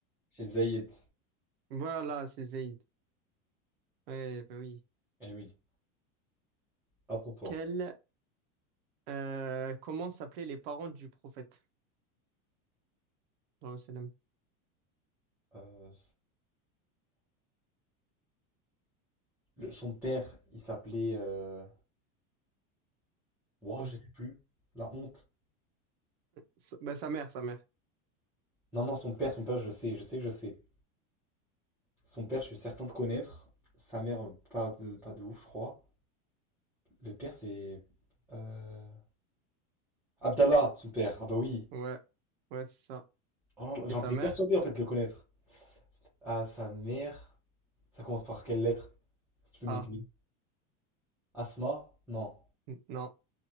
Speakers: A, in the centre; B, on the right (about 50°).
A: C'est Zayed.
B: Voilà, c'est Zayd. Ouais, bah oui.
A: Eh oui, à ton tour.
B: Quel, euh, comment s'appelaient les parents du prophète? Genre, c'est la-
A: Euh, le- son père, il s'appelait. Euh... ouah,
B: son-
A: je sais plus. La honte.
B: sa- bah, sa mère, sa mère.
A: Non, non, son père, son père, je sais, je sais que je sais. Son père, je suis certain de connaître. Sa mère, euh, pas de, pas de ouf, je crois. Le père, c'est. Euh... Abdallah, son père. Ah bah oui.
B: Ouais, ouais, c'est ça.
A: Oh, j'en
B: Et sa
A: étais
B: mère?
A: persuadé en fait de le connaître. À sa mère. Ça commence par quelle lettre? Si tu peux
B: Ah,
A: m'aiguiller. Asma? Non.
B: n- non.